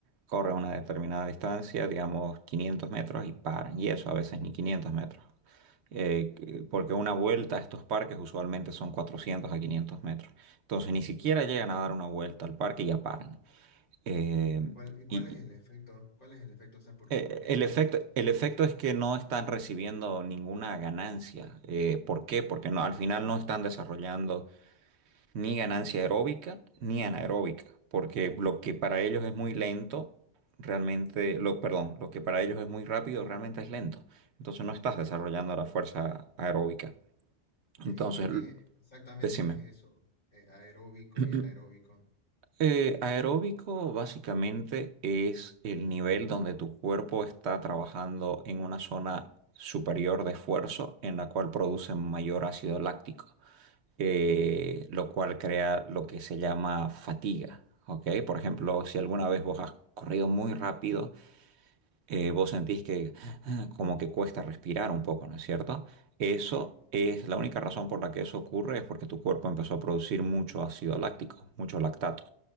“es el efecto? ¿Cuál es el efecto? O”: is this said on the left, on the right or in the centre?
Left